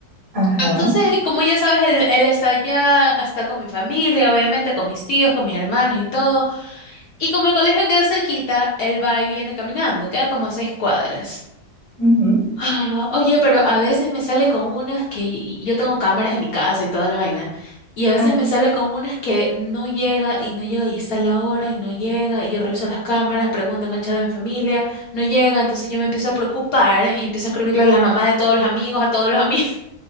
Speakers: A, on the right; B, on the left.
A: ajá,
B: Entonces, como ya sabes, él, él está allá, está con mi familia, obviamente, con mis tíos, con mis hermanos y todo. Y como el colegio queda cerquita, él va y viene caminando, queda como a seis cuadras.
A: ujú,
B: Ah, oye, pero a veces me sale con unas que y- y yo tengo cámaras en mi casa y toda la vaina, y a veces
A: ajá.
B: me sale con unas que no llega y no llega y está la hora y no llega, y yo reviso las cámaras, pregunto en el chat de mi familia, no llega, entonces yo me empiezo a preocupar y empiezo a escribirle a las mamás de todos los amigos, a todos los amigos,